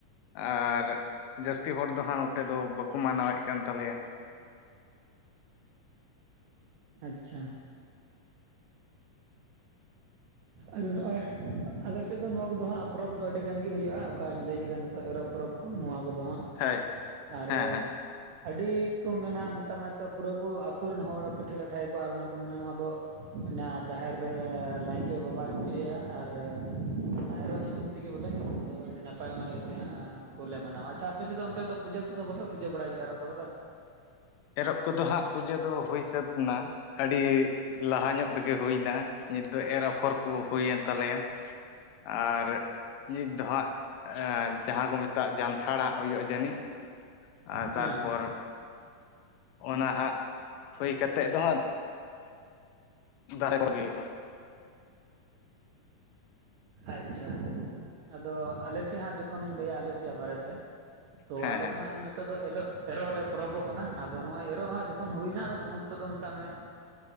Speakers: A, on the left (about 80°); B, on the right (about 80°).
A: ᱟᱨ ᱡᱟᱹᱥᱛᱤ ᱦᱚᱲ ᱫᱚ ᱦᱟᱸᱜ ᱱᱚᱛᱮ ᱫᱚ ᱵᱟᱠᱚ ᱢᱟᱱᱟᱣᱮᱫ ᱠᱟᱱ ᱛᱟᱞᱮᱭᱟ᱾
B: ᱟᱪᱪᱷᱟ᱾ ᱟᱫᱚ ᱱᱚᱜᱼᱚᱭ ᱟᱞᱮᱥᱮᱫ ᱫᱚ ᱱᱚᱣᱟ ᱠᱚᱫᱚ ᱦᱟᱸᱜ ᱯᱚᱨᱚᱵᱽ ᱫᱚ ᱟᱹᱰᱤ ᱜᱟᱱᱜ ᱜᱮ ᱦᱩᱭᱩᱜᱼᱟ ᱚᱠᱟᱧ ᱞᱟᱹᱭ ᱠᱮᱫᱟ ᱱᱤᱛᱚᱜ ᱮᱨᱚᱜ ᱯᱚᱨᱚᱵᱽ? ᱠᱚ ᱱᱚᱣᱟ ᱠᱚᱫᱚ ᱦᱟᱸᱜ
A: ᱦᱳᱭ
B: ᱟᱨ
A: ᱦᱮᱸ ᱦᱮᱸ
B: ᱟᱹᱰᱤ ᱠᱚ ᱢᱮᱱᱟ ᱢᱮᱛᱟᱜ ᱢᱟ ᱱᱛᱚᱜ ᱯᱩᱨᱟᱹ ᱠᱚ ᱟᱛ ᱨᱮᱱ ᱦᱚᱲ ᱯᱤᱴᱷᱟᱹ ᱞᱟᱴᱷᱟᱭᱠᱚ ᱟᱨ ᱚᱱᱟ ᱠᱚ ᱢᱮᱱᱟ ᱱᱚᱣᱟ ᱫᱚ, ᱚᱱᱟ ᱡᱟᱦᱮᱨ ᱨᱮ ᱞᱟᱭᱤᱱ, ᱠᱮ ᱵᱟᱵᱟᱭ ᱯᱩᱡᱟᱹᱭᱟ ᱟᱨ ᱮᱨᱚᱜ ᱧᱩᱛᱩᱢ ᱛᱮᱜᱮ ᱵᱚᱞᱮ ᱟᱫᱚ ᱟᱹᱰᱤ ᱱᱟᱯᱟᱭ ᱚᱱᱟ ᱤᱭᱟᱹᱛᱮ ᱦᱟᱸᱜ, ᱠᱚᱞᱮ ᱢᱟᱱᱟᱣᱟ ᱟᱪᱷᱟ ᱟᱯᱮ ᱥᱮᱫ ᱚᱱᱛᱮ ᱫᱚ ᱯᱩᱡᱟᱹ ᱠᱚᱫᱚ ᱵᱟᱯᱮ ᱯᱩᱡᱟᱹ ᱵᱟᱲᱟᱭ ᱜᱮᱭᱟ ᱟᱨᱚᱜ ᱠᱚ ᱨᱮ ᱫᱚ?
A: ᱮᱨᱚᱜ ᱠᱚᱫᱚ ᱦᱟᱸᱜ ᱯᱩᱡᱟᱹ ᱫᱚ ᱦᱩᱭ ᱥᱟᱹᱛ ᱮᱱᱟ ᱟᱹᱰᱤ ᱞᱟᱦᱟ ᱧᱚᱜ ᱨᱮᱜᱮ ᱦᱩᱭᱱᱟ᱾ ᱱᱤᱛ ᱫᱚ ᱮᱨ ᱟᱯᱷᱚᱨ ᱠᱚ ᱦᱩᱭᱮᱱ ᱛᱟᱞᱮᱭᱟ ᱟᱨ, ᱱᱤᱛ ᱫᱚ ᱦᱟᱸᱜ ᱡᱟᱦᱟᱸ ᱠᱚ ᱢᱮᱛᱟᱜ ᱡᱟᱱᱛᱷᱟᱲᱟᱜ ᱦᱩᱭᱩᱜᱼᱟ ᱡᱟᱹᱱᱤᱡ? ᱟᱨ
B: ᱦᱮᱸ
A: ᱛᱟᱨᱯᱚᱨ ᱚᱱᱟ ᱦᱟᱸᱜ ᱦᱩᱭ ᱠᱟᱛᱮᱫ ᱫᱚ ᱦᱟᱸᱜ, ᱫᱟᱨᱮ ᱠᱚ ᱦᱩᱭᱩᱜᱼᱟ᱾
B: ᱟᱪᱪᱷᱟ ᱟᱫᱚ ᱟᱞᱮ ᱥᱮᱭᱟᱜ ᱦᱟᱸᱜ ᱡᱚᱠᱷᱚᱱᱤᱧ ᱞᱟᱹᱭᱟ ᱟᱞᱮ ᱥᱮᱭᱟᱜ ᱵᱟᱨᱮᱛᱮ? ᱛᱚ
A: ᱦᱮᱸ
B: ᱟᱞᱮ
A: ᱦᱮᱸ
B: ᱫᱚ ᱦᱟᱸᱜ ᱱᱤᱛᱚᱜ ᱫᱚ ᱮᱞᱚᱜ, ᱮᱨᱚᱜ ᱞᱮ ᱯᱚᱨᱚᱵᱚᱜ ᱠᱟᱱᱟ ᱟᱫᱚ ᱱᱚᱜᱼᱚᱭ ᱮᱨᱚᱜ ᱟᱜ ᱡᱚᱠᱷᱚᱱ ᱦᱩᱭᱱᱟ ᱟᱫᱚ ᱛᱚᱠᱷᱚᱱ ᱛᱮᱫᱚ ᱫᱚ ᱢᱮᱛᱟᱜ ᱢᱮ?